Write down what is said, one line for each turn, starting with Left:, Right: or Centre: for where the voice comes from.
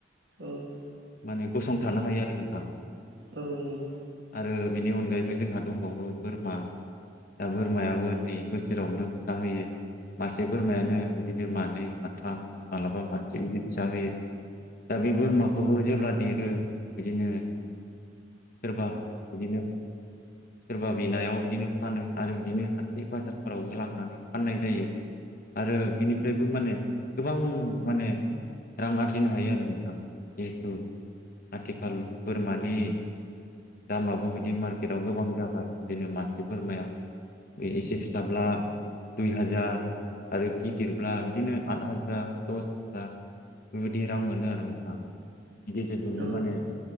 Right: औ।
Left: माने गसंथानो हायो आरो नोंथां।
Right: औ नंगौ।
Left: आरो बेनि अनगायैबो जोंहा दंबावो बोरमा। दा बोरमायाबो नै बोसोरावनो फिसा होयो मासे बोरमायानो बिदिनो मानै माथाम माब्लाबा मासे बिदि फिसा होयो। दा बे बोरमाखौबो जेब्ला देरो बिदिनो सोरबा बिदिनो सोरबा बिनायाव बिदिनो फानो आरो बिदिनो हाथाइ बाजाराव बो लांनानै फाननाय जायो। आरो बिनिफ्रायबो माने गोबां माने रां आरजिनो हायो आरो नोंथां। जिहेथु आथिखाल बोरमानि दामाबो बिदि मार्केटआव गोबां जाबाय बिदिनो मासे बोरमायावनो बे एसे फिसाब्ला दुइ हाजार आरो गि दिरब्ला बिदिनो आद हाजार दस हाजार बेबायदि रां मोनो आरो नोंथां। <unintelligible> गेजेरजोंनो
Right: औ
Left: माने